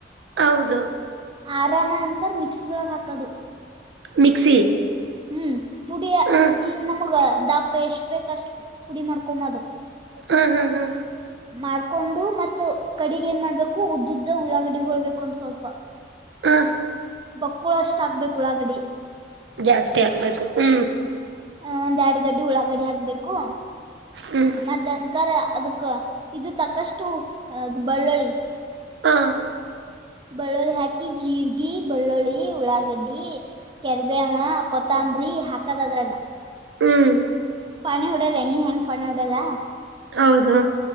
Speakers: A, on the right; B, on the right.
A: ಹೌದು
B: ಆರಾನ ಅಂತರ ಮಿಕ್ಸಿ ಬೆಳಗ್ ಹಾಕದು
A: ಮಿಕ್ಸಿ
B: ಹೂ ಪುಡಿ
A: ಹ
B: ಹೂ ಹಿಂಗ ನಮಗ ದಾಪ ಎಷ್ಟ್ ಬೇಕ ಅಷ್ಟ ಪುಡಿ ಮಾಡ್ಕೊದು
A: ಹೂ ಹಾ ಹಾ
B: ಮಾಡ್ಕೊಂಡು ಮತ್ತೆ ಕಡಿಗೆ ಏನ್ ಮಾಡ್ಬೇಕು ಉದ್ದ ಉದ್ದ ಉಳ್ಳಾಗಡಿ ಹ ಹೊಳ್ಬೇಕು ಒಂದ ಸ್ವಲ್ಪ
A: ಹೂ
B: ಬಕ್ಕುಳ ಅಷ್ಟ ಆಗ್ಬೇಕು ಉಳಾಗಡ್ಡಿ
A: ಜಾಸ್ತಿ ಹಾಕ್ಬೇಕು ಹೂ
B: ಹ ಒಂದ್ ಎರಡು ಗಡ್ಡಿ ಉಳಾಗಡ್ಡಿ ಹಾಕ್ಬೇಕು
A: ಹ್ಮ್
B: ಮತ್ತ ಅನ್ಕಾರ ಅದಕ್ ಇದು ತಕಷ್ಟು ಅದು್ ಬಳ್ಳುಳ್ಳಿ
A: ಹಾ
B: ಬೆಳ್ಳುಳ್ಳಿ ಹಾಕಿ ಜೀರ್ಗಿ ಬೆಳ್ಳುಳ್ಳಿ ಉಳ್ಳಾಗಡ್ಡಿ ಕೆರ್ಬೆವ ಕೊತ ತಂಬ್ರಿ ಹಾಕದ ಅದ್ರಾಗ
A: ಹ್ಮ್
B: ಪಾಣೆ ಹೊಡಲ್ಲ ಎನೀ ಹೆಂಗ ಪಾಣೆ ಹೊಡಲ್ಲ
A: ಹೌದು ಹೌದು